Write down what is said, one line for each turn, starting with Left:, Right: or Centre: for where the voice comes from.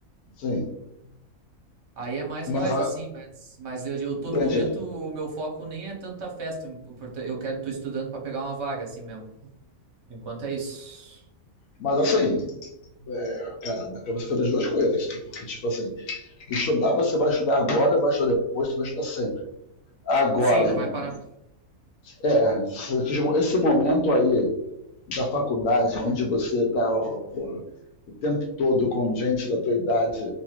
Left: Sim.
Right: Aí é mais
Left: Mas,
Right: nós,
Left: a,
Right: assim, mas, mas eu, eu
Left: entende?
Right: tô no momento, o meu foco nem é tanto a festa, o importan- eu quero, tô estudando pra pegar uma vaga, assim mesmo. Por Enquanto é isso.
Left: Mas assim, é, cara, dá pra você fazer as duas coisas. Tipo, Porque, tipo assim, estudar você vai estudar agora, vai estudar depois, você vai estudar sempre. Agora,
Right: Sim, não
Left: irmão.
Right: vai parar.
Left: É, esse momento aí da faculdade, onde você tá, ó, porra, o tempo todo com gente da tua idade